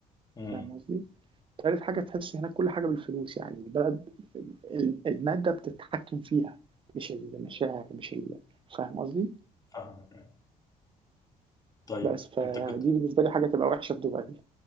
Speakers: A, on the left (about 20°); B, on the right (about 30°).
A: امم
B: فاهم قصدي؟ تالت حاجة تحس هناك كل حاجة بالفلوس يعني البلد ال- المادة بتتحكم فيها مش المشاعر مش ال... فاهم قصدي؟
A: فاهمك طيب
B: بس فدي
A: انت كنت
B: بالنسبة لي حاجة تبقى وحشة في دبي